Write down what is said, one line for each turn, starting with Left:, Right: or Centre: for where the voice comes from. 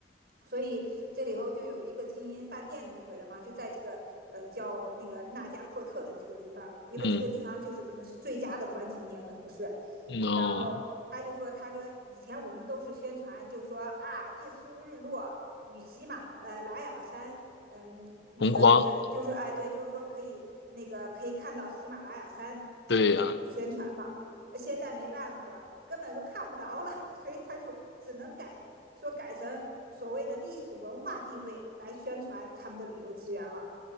Right: 所以这里头就有一个经营饭店的那个人嘛，就在这个呃叫那个纳加阔特的这个地方，因为这个地方就是可能是最佳的观景点，
Left: 嗯，
Right: 可能是。
Left: 嗯哦，
Right: 然后他就说，他说以前我们都是宣传，就说啊日出日落与喜马呃拉雅山，嗯，那个就是就是哎对，
Left: 红框。
Right: 就是说可以那个可以看到喜马拉雅山
Left: 对呀，
Right: 这种宣传嘛。呃现在没办法了，根本都看不着了，<laughs> 所以他就只能改说改成。所谓的历史文化定位来宣传他们的旅游资源了。